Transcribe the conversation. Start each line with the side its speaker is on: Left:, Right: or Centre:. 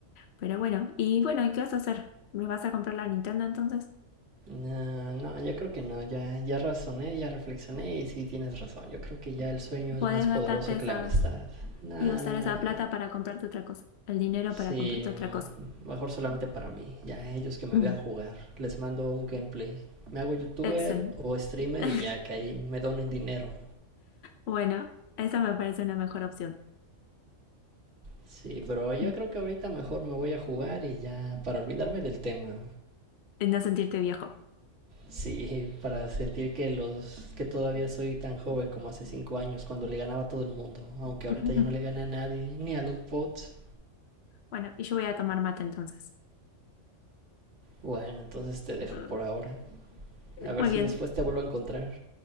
Left: Pero bueno, y bueno, ¿y qué vas a hacer? ¿Me vas a comprar la Nintendo entonces?
Right: No, no, yo creo que no, ya, ya razoné, ya reflexioné y sí tienes razón. Yo creo que ya el sueño es
Left: Podés
Right: más poderoso
Left: gastarte
Right: que
Left: esa
Right: la amistad. No,
Left: y usar
Right: no,
Left: esa
Right: no.
Left: plata para comprarte otra cosa, el dinero
Right: Sí,
Left: para comprarte otra
Right: mm,
Left: cosa.
Right: mejor solamente para mí. Ya ellos que me
Left: Mm,
Right: vean jugar. Les mando un gameplay. Me hago youtuber
Left: Excel.
Right: o streamer
Left: <laughs>
Right: y ya que ahí me donen dinero.
Left: Bueno, esa me parece una mejor opción.
Right: Sí, pero yo
Left: Mm,
Right: creo que ahorita mejor me voy a jugar y ya para olvidarme del tema.
Left: En no sentirte viejo.
Right: Sí, para sentir que los que todavía soy tan joven como hace cinco años cuando le ganaba a todo el mundo, aunque ahorita
Left: <laughs>
Right: ya no le gane a nadie, ni a los bots.
Left: Bueno, y yo voy a tomar mate entonces.
Right: Bueno, entonces te dejo
Left: <laughs>
Right: por ahora. A ver
Left: Muy
Right: si
Left: bien,
Right: después te vuelvo a encontrar.